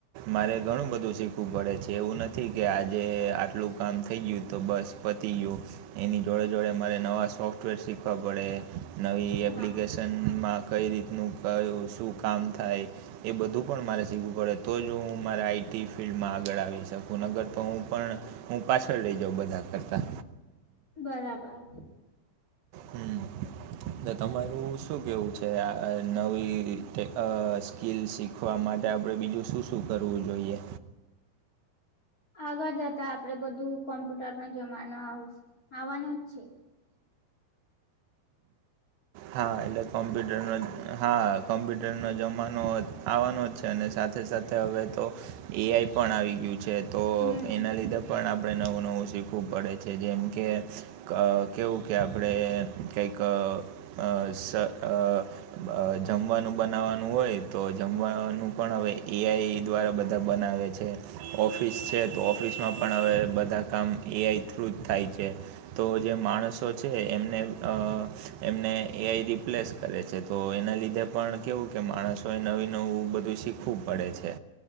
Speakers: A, on the right; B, on the left.
A: મારે ઘણું બધું શીખવું પડે છે એવું નથી કે આજે આટલું કામ થઈ ગયું તો બસ પતી ગયું. એની જોડે જોડે મારે નવા સોફ્ટવેર શીખવા પડે નવી એપ્લિક
B: હા
A: માં કઈ રીતનું કયું શું કામ થાય એ બધું પણ મારે શીખવું પડે તો જ હું મારે આઈટી ફિલ્ડમાં આગળ આવી શકું નગર તો હું પણ હું પાછળ લઈ જાઉં બધા કરતા.
B: બરાબર. <inaudible>
A: હમ તમારું શું કેવું છે, આ નવી સ્કીલ શીખવા માટે આપડે બીજું શું શું કરવું જોઈએ.
B: આગળ જતા આપડે બધું કોમ્પ્યુટર નો જમાનો આવ આવવાનો જ છે.
A: હા એટલે કોમ્પ્યુટર હા કોમ્પ્યુટરનો જમાનો આવવાનો જ છે અને સાથે સાથે હવે તો એ આઈ પણ આવી ગયું છે તો
B: હમ
A: એના લીધે પણ આપણે નવું નવું શીખવું પડે છે જેમ કે. કેવું કે આપણે કંઈક અ હ અ જમવાનું બનાવાનું હોય તો જમવાનું પણ હવે એઆઈ દ્વારા. બધા બનાવે છે. ઓફિસ છે તો ઓફિસમાં પણ હવે બધા કામ એઆઈ થ્રુ જ થાય છે. તો જે માણસો છે એમને અ એમને. એઆઈ રિપ્લેસ કરે છે તો એના લીધે પણ કેવું કે માણસોએ નવી નવું બધું શીખ. ખૂબ પડે છે.